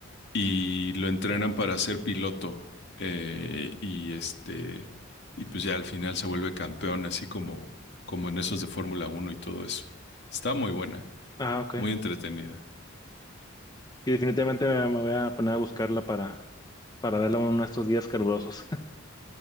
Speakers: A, on the left; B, on the left.
A: y lo entrenan para ser piloto. eh, y este, y pues ya al final se vuelve campeón, así como, como en esos de Fórmula uno y todo eso. Está muy buena,
B: Ah, ok.
A: muy entretenida.
B: Y definitivamente me, me voy a poner a buscarla para, para verla uno de estos días calurosos. <laughs>